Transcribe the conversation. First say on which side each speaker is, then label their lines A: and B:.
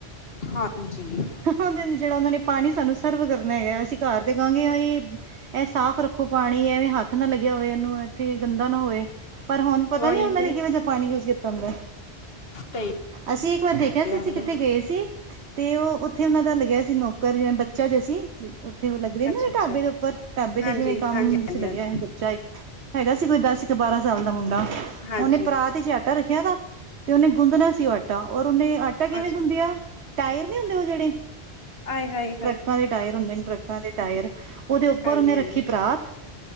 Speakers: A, on the left (about 65°); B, on the right (about 80°).
A: ਹਾਂਜੀ।
B: ਉਹ ਜਿਹੜਾ ਉਹ ਨੇ ਪਾਣੀ ਸਾਨੂੰ ਸਰਵ ਕਰਨਾ ਹੈਗਾ, ਅਸੀਂ ਘਰ ਤੇ ਕਹਾਂਗੇ ਹਾਏ। ਇਹ ਸਾਫ਼ ਰੱਖੋ ਪਾਣੀ, ਐਵੇਂ ਹੱਥ ਨਾ ਲਗਿਆ ਹੋਵੇ ਇਹਨੂੰ। ਇੱਥੇ ਗੰਦਾ ਨਾ ਹੋਏ, ਪਰ ਹੁਣ ਪਤਾ
A: ਉਹੀ
B: ਨੀ ਉਹਨਾਂ
A: ਤੇ
B: ਨੇ ਕਿਵੇਂ ਜਾ ਪਾਣੀ ਯੂਜ ਕੀਤਾ ਹੁੰਦਾ।
A: ਸਹੀ
B: ਅਸੀਂ ਇੱਕ ਵਾਰ ਦੇਖਿਆ ਸੀ
A: ਗੱਲ
B: ਅਸੀਂ ਕਿੱਥੇ
A: ਹੈ
B: ਗਏ ਸੀ। ਤੇ ਉਹ ਉੱਥੇ ਉਹਨਾ ਦਾ ਲੱਗਿਆ ਸੀ ਨੌਕਰ ਜਿਵੇਂ ਬੱਚਾ ਜਿਹਾ ਸੀ। ਉੱਥੇ ਲੱਗਦੇ ਨੇ
A: ਅੱਛਾ
B: ਨਾ
A: ਅੱਛਾ
B: ਢਾਬੇ ਦੇ ਉੱਪਰ ਢਾਬੇ ਤੇ
A: ਹਾਂਜੀ
B: ਜਿਵੇਂ ਕੰਮ
A: ਹਾਂਜੀ
B: ਵਿੱਚ
A: ਹਾਂਜੀ
B: ਲੱਗਿਆ
A: ਹਾਂਜੀ
B: ਹਨ ਬੱਚਾ ਇੱਕ। ਹੈਗਾ ਸੀ ਕੋਈ ਦਸ ਕ ਬਾਰਾਂ ਸਾਲ ਦਾ ਮੁੰਡਾ
A: ਹਾਂਜੀ
B: ਉਹਨੇ ਪਰਾਤ ਚ ਆਟਾ ਰੱਖਿਆ। ਆ ਨਾ ਤੇ ਉਹਨੇ ਗੁੰਦਣਾ ਸੀ ਉਹ ਆਟਾ ਔਰ ਉਹਨੇ ਆ- ਨਾ ਕਿਵੇਂ
A: ਅੱਛਾ
B: ਗੁੰਦੇਆ ਟਾਇਰ ਨੀ ਹੁੰਦੇ ਉਹ ਜਿਹੜੇ-
A: ਆਏ ਹਏ।
B: ਟਰੱਕਾਂ ਦੇ ਟਾਇਰ ਹੁੰਦੇ ਨੇ ਟਰੱਕਾਂ ਦੇ ਟਾਇਰ ਉਹਦੇ ਉੱਪਰ
A: ਹਾਂਜੀ
B: ਉਹਨੇ ਰੱਖੀ
A: ਹਾਂਜੀ
B: ਪਰਾਤ-